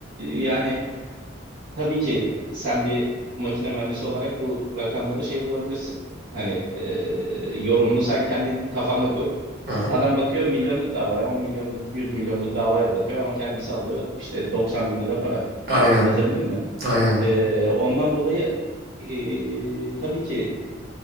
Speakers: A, on the right (about 65°); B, on the right (about 50°).
A: yani tabii ki sen bir makine mühendisi olarak bu rakamları şey bulabilirsin. Hani e, yorumunu sen kendin kafanda kur.
B: Aha.
A: Adam bakıyor milyonluk davaya, 10 milyonluk, 100 milyonluk davaya bakıyor ama kendisi alıyor işte 90 bin lira para.
B: <laughs> Aynen.
A: Anlatabildim mi?
B: Aynen.
A: Ee, ondan dolayı ee, tabii ki